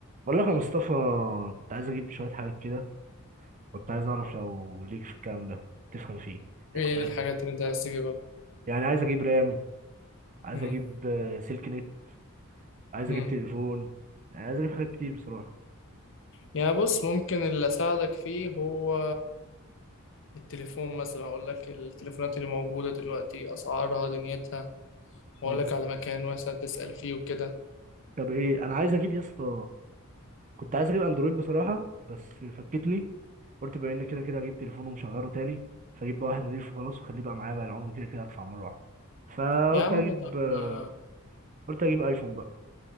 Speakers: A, on the right; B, on the left.
A: بقول لك يا مصطفى كنت عايز اجيب شويه حاجات كده كنت عايز اعرف لو ليك في الكلام ده تفهم فيه يعني
B: ايه
A: كنت عايز
B: الحاجات اللي انت عايز تجيبها
A: يعني عايز اجيب رام عايز
B: مم.
A: اجيب آه، سلك نت عايز
B: مم.
A: اجيب تليفون يعني عايز اجيب حاجات كتير بصراحه
B: يعني بص ممكن اللي اساعدك فيه هو التليفون مثلا اقول لك التليفونات اللي موجوده دلوقتي اسعارها دنيتها واقول
A: مم.
B: لك على مكان مثلا تسال فيه وكده
A: طب ايه انا عايز اجيب يا اسطى كنت عايز اجيب اندرويد بصراحه بس فكتني قلت بما ان كده كده اجيب تليفون ومشغله تاني فاجيب بقى واحد نضيف وخلاص واخليه بقى معايا بقى العمر كده كده ادفع مره واحده فقلت
B: يا عم
A: اجيب
B: طب
A: آه،
B: ما
A: قلت اجيب ايفون بقى.